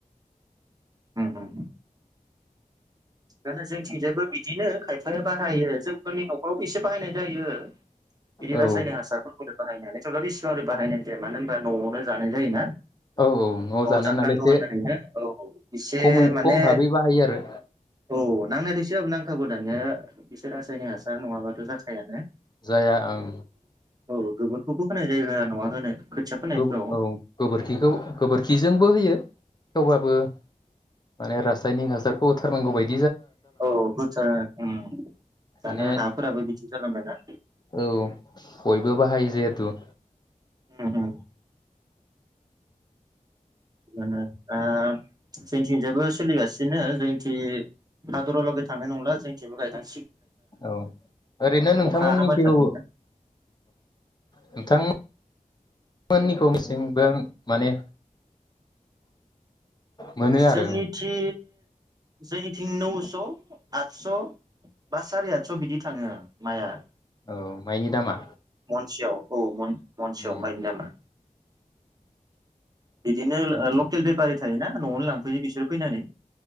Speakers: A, on the right; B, on the left.
A: उम उम। बेंनो जोंथिंजायबो बिदिनो खायफाया बाहायो जोंफोरनि नखरावबो एसे बाहायनाय जायो। बिदि
B: औ
A: रासायनिक हासारफोरखौ। बाहायनानै <unintelligible> बाहायनाय जाया मानो होनबा नआवनो जानाय जायोना
B: औ औ
A: नआव
B: जानाय
A: जानांगौ
B: नालाय एसे
A: होननानै नो औ एसे
B: खमै
A: माने
B: खम भाबै बाहायो आरो
A: औ नांनाय दायसो नांखागौ दानिया एसोर रासायनिक हासार नङाबाथ जाखायानो।
B: जाया ओं
A: औ गोबोरखौबो होनाय जायगा नआव होनाय। खोथिया फोनायफ्राव
B: गोब औ गोबोरखिखौ गोबोरखिजोंबो होयो। थेवबाबो माने रासायनिक हासारखौ थारनांगौबायद
A: औ <unintelligible> उम
B: माने
A: दाना हाफोराबो बिदि जालांबायना
B: औ बयबो बाहायो जिहेतु।
A: हुम हुम। दा जोंथिंजाबो सोलिगासिनो जों थि हादुरावलगे थांनाय नंला। जोंथिंबो गायनाय
B: औ ओरैनो नोंथांमोननिखौे
A: अखा हाबाय थादोंना
B: औ नोंथां। मोननिखौ मिसेंबां माने मोनो
A: जोंनिथि
B: आरो
A: जोंनिथिं नौस आदस बा साराय आदस बिदि थाङो माइआ।
B: औ माइनि दामा।
A: महनसेयाव औ महनसेयाव
B: उम
A: माइनि दामा। बिदिनो ओ लकेल बेफारि थायोना नआवनो लां फैयो बिसोर फैनानै